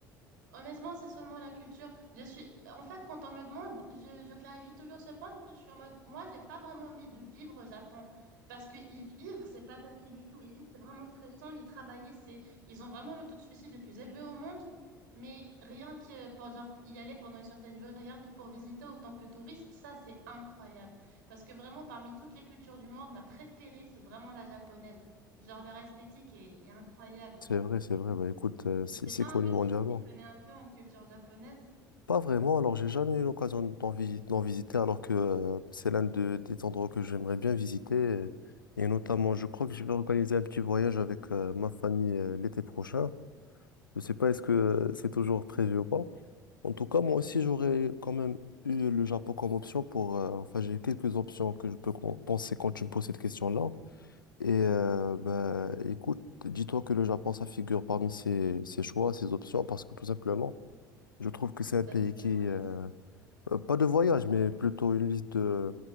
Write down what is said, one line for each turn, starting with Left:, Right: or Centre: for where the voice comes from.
Right: Honnêtement, c'est seulement la culture. Je suis, en fait, quand on me demande, je, je clarifie toujours ce point. Je suis en mode, moi, j'ai pas vraiment envie de vivre au Japon parce que y vivre, c'est pas facile du tout. Y vivre, c'est vraiment stressant. Y travailler, c'est, ils ont vraiment le taux de suicide le plus élevé au monde. Mais rien que pour genre, y aller pendant une certaine durée, rien que pour visiter autant que touriste, ça, c'est incroyable. Parce que vraiment, parmi toutes les cultures du monde, ma préférée, c'est vraiment la japonaise. Genre, leur esthétique est est incroyable.
Left: C'est vrai, c'est vrai. Bah, écoute, euh,
Right: Je
Left: c'est
Right: sais
Left: c'est
Right: pas
Left: connu
Right: un peu
Left: mondialement.
Right: si tu t'y connais un peu en culture japonaise,
Left: Pas vraiment. Alors, j'ai jamais eu l'occasion d'en visi- d'en visiter, alors que euh, c'est l'un de- des endroits que j'aimerais bien visiter. Et, et notamment, je crois que je vais organiser un petit voyage avec euh, ma famille euh, l'été prochain. Je sais pas est-ce que euh, c'est toujours prévu ou pas. En tout cas, moi aussi, j'aurais quand même eu le Japon comme option pour... euh, enfin, j'ai quelques options que je peux con- penser quand tu me poses cette question-là. Et euh, ben, écoute, dis-toi que le Japon, ça figure parmi ses, ses choix, ses options, parce que tout simplement, je trouve que c'est un
Right: ta
Left: pays
Right: liste
Left: qui...
Right: de voyage.
Left: euh, euh, pas de voyage, mais
Right: Ouais.
Left: plutôt une liste de,